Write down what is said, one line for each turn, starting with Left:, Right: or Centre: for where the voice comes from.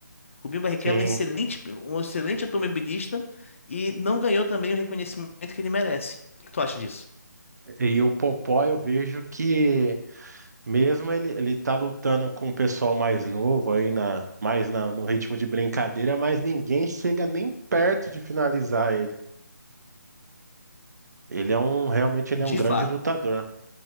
Left: Rubinho Barrichello
Right: sim.
Left: é um excelente, um excelente automobilista e não ganhou também o reconhecimento que ele merece. O que tu acha disso?
Right: E o Popó eu vejo que mesmo ele, ele tá lutando com o pessoal mais novo aí na, mais na- no ritmo de brincadeira, mas ninguém chega nem perto de finalizar ele. Ele é um, realmente ele
Left: De
Right: é um grande
Left: fato.
Right: lutador.